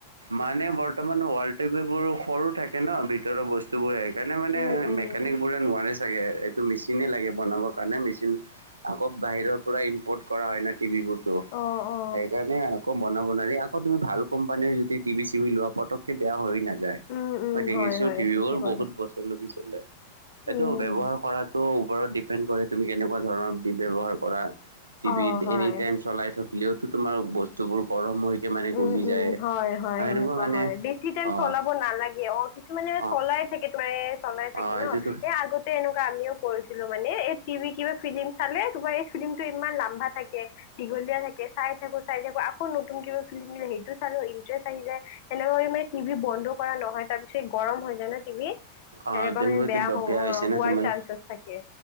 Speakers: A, on the right; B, on the left.
A: মানে বৰ্তমান ৱালটেপ এইবোৰ সৰু থাকে ন ভিতৰৰ বস্তু বোৰ সেইকাৰণে মানে
B: উম উম
A: মেকানিক বোৰে নোৱাৰে চাগেএইটো মেচিনে লাগে বনাব কাৰণে মেচিন আকৌ বাহিৰৰ পৰা ইম্পৰ্ট কৰা হয় ন। টিভিবোৰতো
B: অ অ
A: সেইকাৰণে আকৌ বনাব নোৱাৰি আকৌ তুমি ভাল কোম্পানীৰ যদি টিভি চি লোৱা পতকে বেয়া হৈয় নাযায়
B: উম উম
A: মই দেখিছো
B: হয় হয়
A: টিভিবোৰ
B: ঠিকেই ক'লা
A: বহুত বছৰ লিছ
B: <inaudible>
A: এইটো
B: উম
A: ব্যৱহাৰ কৰাটোো ওপৰত ডিপেণ্ড কৰে তুমি কেনেকুৱা ধৰণৰ ব্যৱহাৰ কৰা। টিভিত
B: অ হয়
A: এনি টাইম চলাই থাকিলেওতো তোমাৰ বস্তুবোৰ গৰম হৈকে মানে
B: উম
A: গলি
B: উম
A: যায়।
B: হয় - হয়
A: আৰু
B: সেনেকুৱা
A: এনেকুৱা মানে
B: হয় বেছি টাইম
A: হয়
B: চলাব নালাগে অ, কিছুমানে
A: অ',
B: চলাই থাকে তোমাৰ চলাই
A: অ',
B: থাকে
A: সেইটোতো
B: ন এই আগতে এনেকুৱা আমিও কৰিছিলো মানে এই টিভি কিবা ফিলিম চালে তোমাৰ এই ফিলিমটো ইমান লাম্বা থাকে। দলীয়া থাকে চাই থাকো চাই থাকো আকৌ নতুন কিবা সেইটো চালো ইন্টাৰেষ্ট আহিায় সেনেক মানে টিভি বন্ধ কৰা নহয় তাৰ পিছত গৰম হৈ যায় ন টিভি। সেনেুৱা
A: অ', তেনেকুৱা
B: মানে বেয়া
A: কি
B: হ-
A: হৈছে নে
B: হোৱাৰ
A: তোমাৰ
B: চাঞ্চেছ থাকে।